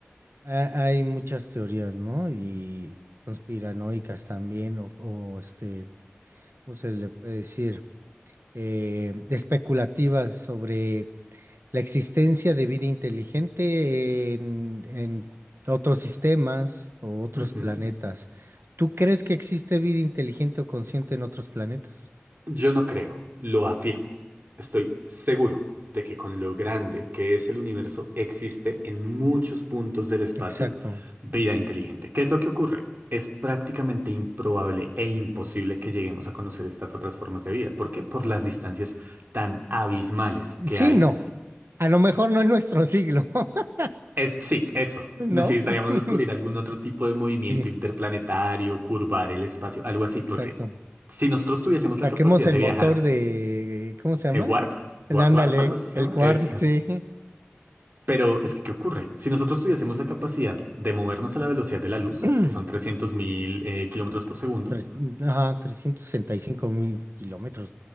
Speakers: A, on the right; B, on the right.
A: ha- hay muchas teorías, ¿no? Y conspiranoicas también, o, o este, ¿cómo se le puede decir? Eh, especulativas sobre La existencia de vida inteligente en, en otros sistemas o otros
B: Ujú.
A: planetas. ¿Tú crees que existe vida inteligente o consciente en otros planetas?
B: Yo no creo, lo afirmo. Estoy seguro de que con lo grande que es el universo existe en muchos puntos del espacio
A: Exacto.
B: vida inteligente. ¿Qué es lo que ocurre? Es prácticamente improbable e imposible que lleguemos a conocer estas otras formas de vida. ¿Por qué? Por las distancias tan abismales que
A: Sí,
B: hay.
A: no. A lo mejor no en nuestro siglo, <laughs>
B: Es, sí, eso.
A: ¿no?
B: Necesitaríamos
A: <laughs>
B: descubrir algún otro tipo de movimiento interplanetario,
A: Sí,
B: curvar el espacio, algo
A: exacto.
B: así, porque si nosotros tuviésemos la
A: Saquemos
B: capacidad
A: el
B: de
A: motor
B: viajar
A: de, ¿cómo se llama?
B: Eh, Warp,
A: Ándale,
B: Wa- Warp, algo así se
A: el
B: llama.
A: cuarto,
B: Esa.
A: sí.
B: Pero es que, ¿qué ocurre? Si nosotros tuviésemos la capacidad de movernos a la velocidad de la luz,
A: <clears throat>
B: que son 300.000 eh, kilómetros por segundo.
A: Tres- ajá, trescientos sesenta y cinco mil kilómetros,